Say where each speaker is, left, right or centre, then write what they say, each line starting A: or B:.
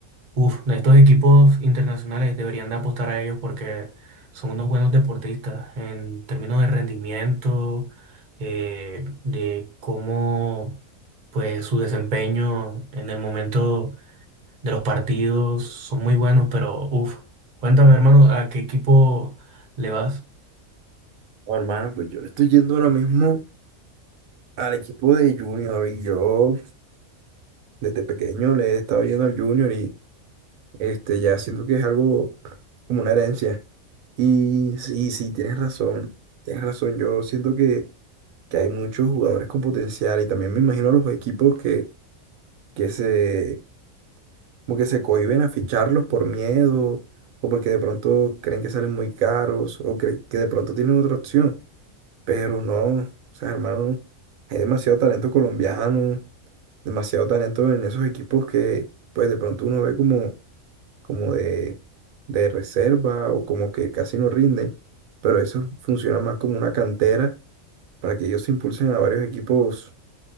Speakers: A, on the right; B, on the right.
A: uff, estos equipos internacionales deberían de apostar a ellos porque son unos buenos deportistas en términos de rendimiento, eh, de cómo pues su desempeño en el momento de los partidos son muy buenos, pero uff, cuéntame hermano, ¿a qué equipo le vas?
B: Oh, hermano, pues yo le estoy yendo ahora mismo al equipo de Junior y yo desde pequeño le he estado yendo al Junior y este ya siento que es algo como una herencia. Y sí, sí, tienes razón, tienes razón. Yo siento que, que hay muchos jugadores con potencial y también me imagino los equipos que, que se, como que se cohíben a ficharlos por miedo o porque de pronto creen que salen muy caros o cre- que de pronto tienen otra opción. Pero no, o sea, hermano, hay demasiado talento colombiano, demasiado talento en esos equipos que pues de pronto uno ve como como de, de reserva o como que casi no rinden, pero eso funciona más como una cantera para que ellos se impulsen a varios equipos,